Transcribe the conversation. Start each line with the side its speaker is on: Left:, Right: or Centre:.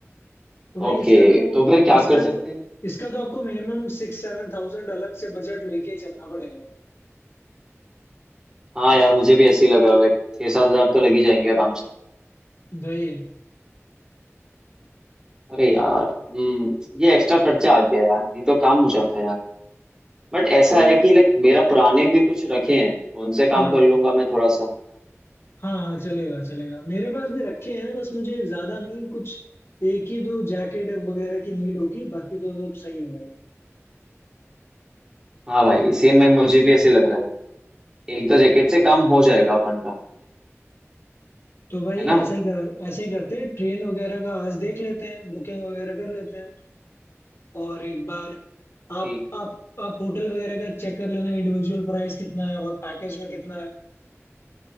Left: तो भाई
Right: ओके
Left: इसका तो
Right: तो फिर क्या
Left: इसका
Right: कर सकते हैं
Left: इसका तो आपको मिनिमम सिक्स सेवन थाउजेंड अलग से बजट लेके ही चलना पड़ेगा
Right: हाँ यार मुझे भी ऐसे ही लग रहा लाइक छह सात हजार तो लग ही जाएंगे आराम से
Left: भाई
Right: अरे यार हम्म ये एक्स्ट्रा खर्चा आ गया यार नहीं तो काम हो जाता यार बट ऐसा
Left: तो
Right: है कि लाइक मेरा पुराने भी कुछ रखे हैं तो उनसे काम
Left: हाँ
Right: कर लूंगा मैं थोड़ा सा
Left: हाँ हाँ चलेगा चलेगा मेरे पास भी रखे हैं बस मुझे ज्यादा नहीं कुछ एक ही दो जैकेट वगैरह की नीड होगी बाकी तो सब सही है भाई
Right: हाँ भाई सेम भाई मुझे भी ऐसे लग रहा है एक दो जैकेट से काम हो जाएगा अपन का
Left: तो भाई
Right: है ना
Left: ऐसा ही कर ऐसा ही करते हैं ट्रेन वगैरह का आज देख लेते हैं बुकिंग वगैरह कर लेते हैं और एक बार आप
Right: ठीक
Left: आप आप होटल वगैरह का चेक कर लेना इंडिविजुअल प्राइस कितना है और पैकेज में कितना है